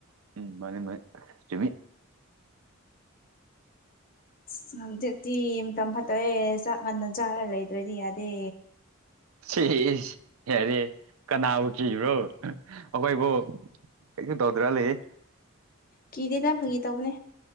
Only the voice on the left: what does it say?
<unintelligible> ꯇꯤ ꯃꯇꯝ ꯐꯠꯇꯔꯦ ꯆꯥꯛ ꯉꯟꯅ ꯆꯥꯔ ꯂꯩꯇ꯭ꯔꯗꯤ ꯌꯥꯗꯦ
ꯀꯤꯗꯦꯗ ꯐꯪꯒꯤ ꯇꯧꯕꯅꯦ